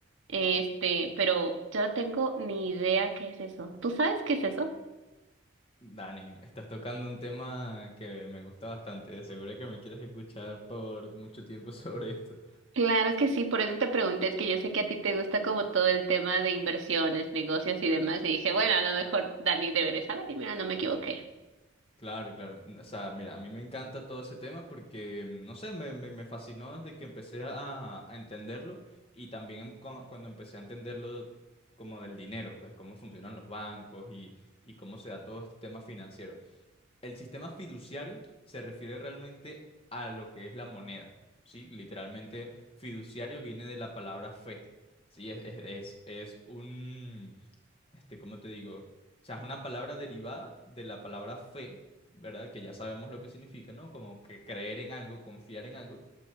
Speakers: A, on the right (about 70°); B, on the left (about 30°).
A: Este, pero yo no tengo ni idea qué es eso. ¿Tú sabes qué es eso?
B: Dani, estás tocando un tema que me gusta bastante. De seguro que me quieres escuchar por mucho tiempo <laughs> sobre esto.
A: Claro que sí, por eso te pregunté, es que yo sé que a ti te gusta como todo el tema de inversiones, negocios y demás, y dije, bueno, a lo mejor Dani debe de saber, y mira, no me equivoqué.
B: Claro, claro. O sea, mira, a mí me encanta todo ese tema porque, no sé, me, me- me fascinó desde que empecé a, a entenderlo y también em- cu- cuando empecé a entenderlo como del dinero, pues cómo funcionan los bancos y, y cómo se da todo este tema financiero. El sistema fiduciario se refiere realmente a lo que es la moneda, ¿sí? Literalmente, fiduciario viene de la palabra fe, ¿sí? Es, es, es- es un, este, ¿cómo te digo? O sea, es una palabra derivada de la palabra fe, ¿verdad? Que ya sabemos lo que significa, ¿no? Como que creer en algo, confiar en algo.